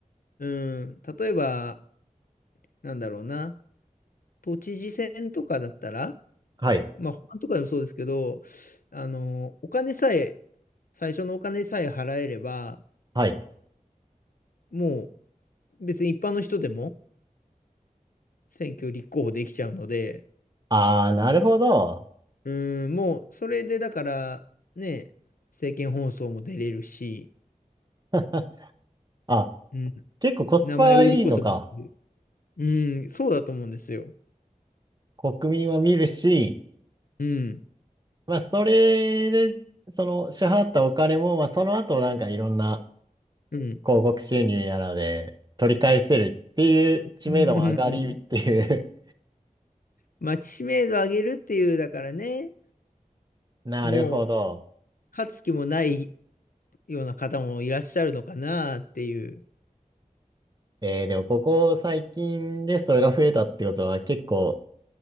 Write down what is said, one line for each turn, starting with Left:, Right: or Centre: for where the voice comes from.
Left: うん、例えば、なんだろうな、都知事選とかだったら、
Right: はい。
Left: まあ、保管とかでもそうですけど、あの、お金さえ、最初のお金さえ払えれば、
Right: はい。
Left: もう別に一般の人でも選挙立候補できちゃうので、
Right: あー、なるほど。
Left: うん、もうそれでだから、ね、政見放送も出れるし、
Right: <laughs> あ、
Left: うん、
Right: 結構コスパいいのか。
Left: 名前売ることできる。うん、そうだと思うんですよ。
Right: 国民は見るし、
Left: うん、
Right: まあ、それで、その支払ったお金も、まあ、その後なんかいろんな
Left: うん。
Right: 広告収入やらで取り返せるっていう知名度も上がりっていう
Left: うんうんうん。まあ、知名度上げるっていう、だからね、
Right: <laughs> なるほど。
Left: もう、勝つ気もないような方もいらっしゃるのかなっていう。
Right: えー、でもここ最近でそれが増えたってことは結構、